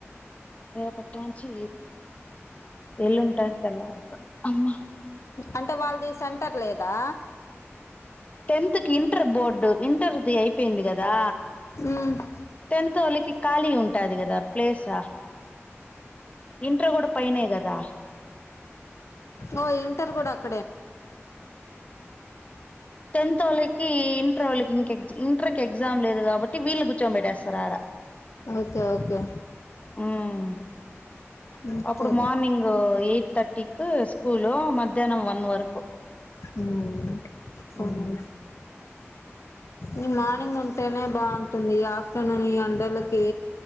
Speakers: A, on the left; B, on the left.
A: రేపటి నుంచి ఎలు ఉంటాయింతల అమ్
B: అంటే వాళ్ళది సెంటర్ లేదా
A: టెన్త్ కి ఇంటర్ బోర్డు ఇంటర్ది అయిపోయింది కదా
B: అ
A: టెంత అలికి కాళీ ఉంటు పెట్టాది కదా ప్లేసా ఇంటర్ కూడా పైనే కదా
B: ఓ ఇంటర్ కూడానా
A: టెన్త్ వాళ్ళకి ఇంటర్ వాళకిం ఇంటర్కి ఎగ్జామ్ లేదు కాబటి వీళ్ళని కూర్చోంబట్టేస్తారు ఆడ
B: ఓకే ఓకే
A: ఉమ్
B: అంతేలే
A: అప్పుడు మార్నింగ్ ఎయిట్ థర్టీకి స్కూలు మధ్యాహ్నం వన్ వరకు
B: ఉమ్ అవునండి
A: ఉమ్
B: ఈ మార్నింగ్ ఉంటేనే బాగుంటుంది ఆఫ్టర్నూన్ ఈ ఎండలకి